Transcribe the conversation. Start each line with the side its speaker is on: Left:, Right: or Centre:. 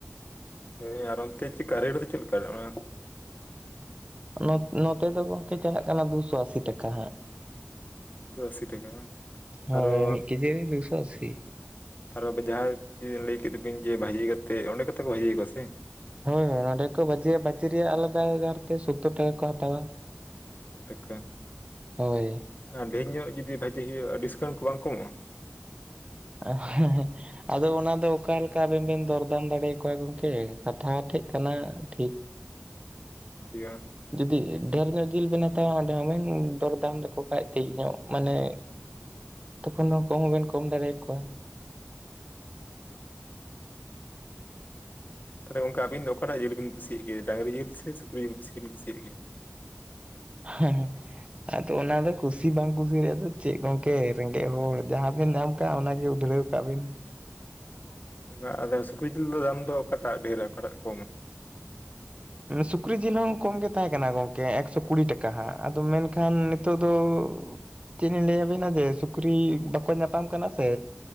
Left: ᱦᱮᱸ ᱟᱨ ᱚᱱᱛᱮ ᱪᱤᱠᱟ ᱨᱮᱴ ᱫᱚ ᱪᱤᱞᱠᱟ ᱚᱱ ᱚᱱᱟ
Right: ᱱᱚᱛ ᱱᱚᱛᱮ ᱫᱚ ᱜᱚᱝᱠᱮ ᱪᱟᱞᱟᱜ ᱠᱟᱱᱟ ᱫᱩᱥᱚ ᱟᱥᱤ ᱴᱟᱠᱟ ᱦᱟᱸᱜ᱾
Left: ᱫᱚ ᱟᱥᱤ ᱴᱟᱠᱟ ᱵᱟᱝ
Right: ᱦᱳᱭ
Left: ᱟᱨᱚ
Right: ᱢᱤᱜ ᱠᱮᱡᱤ ᱨᱮ ᱫᱩᱥᱚ ᱟᱥᱤ᱾
Left: ᱟᱨ <unintelligible> ᱡᱟᱦᱟᱸᱭ ᱡᱮ ᱞᱟᱹᱭ ᱠᱮᱫ ᱵᱤᱱ ᱡᱮ ᱵᱷᱟᱹᱡᱤ ᱠᱟᱛᱮᱫ ᱚᱸᱰᱮ ᱜᱮᱛᱚ ᱠᱚ ᱵᱷᱟᱹᱡᱤᱭᱟ ᱠᱚᱣᱟ ᱥᱮ᱾
Right: ᱦᱳᱭ ᱦᱳᱭ ᱚᱱᱚᱸᱰᱮ ᱜᱮᱠᱚ ᱵᱷᱟᱡᱤᱭᱟ ᱵᱷᱟᱡᱤ ᱨᱮᱭᱟᱜ ᱟᱞᱟᱫᱟ ᱟᱨᱛᱮ ᱥᱳᱛᱽᱛᱳᱨ ᱴᱟᱠᱟ ᱠᱚ ᱦᱟᱛᱟᱣᱟ᱾
Left: ᱴᱟᱠᱟ
Right: ᱦᱳᱭ
Left: ᱟᱨ ᱰᱷᱮᱨ ᱧᱚᱜ ᱡᱩᱫᱤ ᱵᱷᱟᱹᱡᱤ ᱦᱩᱭᱩᱜᱼᱟ ᱰᱤᱥᱠᱟᱣᱩᱱᱴ ᱠᱚ ᱵᱟᱝ ᱠᱚ ᱮᱢᱚᱜᱼᱟ?
Right: ᱟ ᱦᱮᱸ ᱦᱮᱸ ᱾ ᱟᱫᱚ ᱚᱱᱟ ᱫᱚ ᱚᱠᱟ ᱞᱮᱠᱟ ᱟᱵᱮᱱ ᱵᱮᱱ ᱫᱚᱨᱫᱟᱢ ᱫᱟᱲᱮᱭ ᱟᱠᱚᱣᱟ ᱜᱚᱝᱠᱮ ᱠᱟᱛᱷᱟ ᱴᱷᱮᱡ ᱠᱟᱱᱟ ᱴᱷᱤᱠ᱾
Left: <unintelligible>
Right: ᱡᱩᱫᱤ ᱰᱷᱮᱨ ᱧᱚᱜ ᱡᱤᱞ ᱵᱮᱱ ᱦᱟᱛᱟᱣᱟ ᱚᱸᱰᱮ ᱦᱚᱸ ᱵᱮᱱ ᱫᱚᱨᱫᱟᱢ ᱞᱮᱠᱚ ᱠᱷᱟᱱᱡ ᱛᱷᱤᱜ ᱧᱚᱜ ᱢᱟᱱᱮ ᱛᱚᱠᱷᱚᱱ ᱫᱚ ᱠᱚᱢ ᱦᱚᱸ ᱵᱮᱱ ᱠᱚᱢ ᱫᱟᱲᱮᱭ ᱠᱚᱣᱟ᱾
Left: ᱛᱟᱦᱚᱞᱮ ᱜᱚᱝᱠᱮ ᱟᱵᱤᱱ ᱫᱚ ᱚᱠᱟᱴᱟᱜ ᱡᱤᱞ ᱵᱤᱱ ᱠᱩᱥᱤᱜ ᱜᱮᱭᱟ ᱰᱟᱝᱨᱤ ᱡᱤᱞ ᱥᱮ ᱥᱩᱠᱨᱤ ᱡᱤᱞ ᱵᱤᱥᱤ ᱵᱤᱱ ᱠᱩᱥᱤᱭᱟᱜ ᱜᱮᱭᱟ?
Right: ᱦᱮᱸ ᱦᱮᱸ᱾ ᱟᱫᱚ ᱚᱱᱟ ᱫᱚ ᱠᱩᱥᱤ ᱵᱟᱝ ᱠᱩᱥᱤ ᱨᱮᱭᱟᱜ ᱫᱚ ᱪᱮᱫ ᱜᱚᱝᱠᱮ ᱨᱮᱸᱜᱮᱡ ᱦᱚᱲ ᱡᱟᱦᱟᱸ ᱵᱮᱱ ᱫᱟᱢ ᱠᱟᱜ-ᱟ ᱚᱱᱟᱜᱮ ᱩᱫᱽᱷᱨᱟᱹᱣ ᱠᱟᱜ ᱵᱤᱱ᱾
Left: ᱵᱟ ᱟᱫᱚ ᱥᱩᱠᱨᱤ ᱡᱤᱞ ᱫᱚ ᱫᱟᱢ ᱫᱚ ᱚᱠᱟᱴᱟᱜ ᱰᱷᱮᱨᱟ ᱚᱠᱟᱴᱟᱜ ᱠᱚᱢᱟ?
Right: ᱥᱩᱠᱨᱤ ᱡᱤᱞ ᱦᱚᱸ ᱠᱚᱢ ᱜᱮ ᱛᱟᱦᱮᱸ ᱠᱟᱱᱟ ᱜᱚᱝᱠᱮ ᱮᱠᱥᱚ ᱠᱩᱲᱤ ᱴᱟᱠᱟ ᱦᱟᱸᱜ ᱟᱫᱚ ᱢᱮᱱᱠᱷᱟᱱ ᱱᱤᱛᱚᱜ ᱫᱚ ᱪᱮᱫ ᱞᱤᱧ ᱞᱟᱹᱭ ᱟᱵᱤᱱᱟ ᱡᱮ ᱥᱩᱠᱨᱤ ᱵᱟᱠᱚ ᱧᱟᱯᱟᱢ ᱠᱟᱱᱟ ᱥᱮ